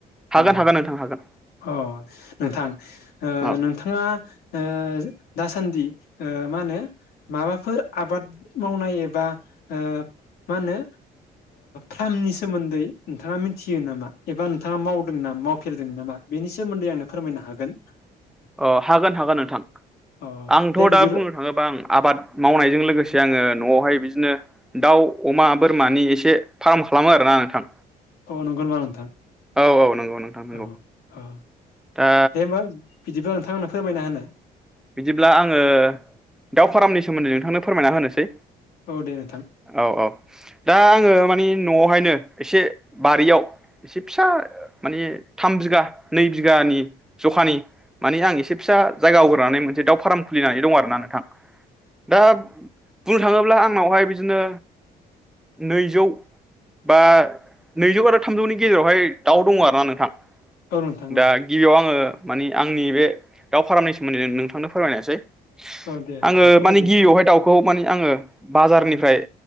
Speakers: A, in the centre; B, on the left.
A: हागोन
B: अ-अ
A: हागोन नोंथां हागोन
B: नोंथां नों
A: औ
B: नोंथाङा ओ दासान्दि ओ मा होनो माबाफोर आबाद मावनाय एबा ओ मा होनो फार्मनि सोमोन्दै नोंथाङा मिथियो नामा एबा नोंथाङा मा वदों मावफेरदों नामा बेनि सोमोन्दै आंनो फोरमायनो हागोन
A: अ हागोन हागोन नोंथां
B: अ
A: आंथ'
B: दे बिदिबो
A: दा बुं नों थाङोबा आं आबाद मावनायजों लोगोसे आङो न'आवहाय बिदिनो दाउ अमा बोरमानि एसे फार्म खालामो आरोना नोंथां
B: औ नंगौ नामा नोंथां
A: औ औ नंगौ नोंथां नंगौ
B: औ-औ
A: दा
B: दे होमबा बिदिबा नोंथां आंनो फोरमायना होनाय
A: बिदिब्ला आङो दाउ फारामनि सोमोन्दै नोंथांनो फोरमायना होनोसै
B: औ दे नोंथां
A: औ-औ दा आङो मानि न'आवहायनो एसे बारियाव एसे फिसा माने थाम बिगा नै बिगानि जखानि माने आं एसे फिसा जायगा आवग्रिनै मोनसे दाउ फार्म खुलिनानै दं आरोना नोंथां दा बुंनो थाङोब्ला आंनावहाय बिदिनो नैजौ बा नैजौ आरो थामजौनि गेजेरावहाय दाउ दङ आरो ना नोंथां
B: औ नोंथां औ
A: दा गिबियाव आङो मानि आंनि बे दाउ फारामनि सोमोन्दै नोंथांनो फोरमायनोसै
B: औ दे
A: आङो
B: नोंथां फोरमायजायो
A: मानि गिबियावहाय दाउखौ माने आङो बाजारनिफ्राय